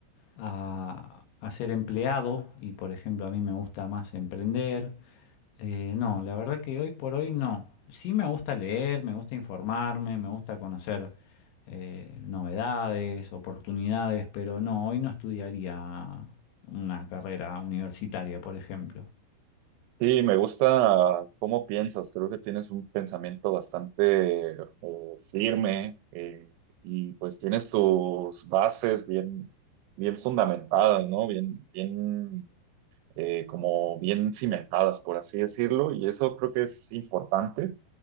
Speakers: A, on the left; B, on the right.
A: a, a ser empleado y, por ejemplo, a mí me gusta más emprender. Eh, no, la verdad que hoy por hoy no. Sí me gusta leer, me gusta informarme, me gusta conocer eh, novedades, oportunidades, pero no, hoy no estudiaría una carrera universitaria, por ejemplo.
B: Sí, me gusta cómo piensas. Creo que tienes un pensamiento bastante eh, firme eh, y pues tienes tus bases bien, bien fundamentadas, ¿no? Bien, bien, eh, como bien cimentadas, por así decirlo. Y eso creo que es importante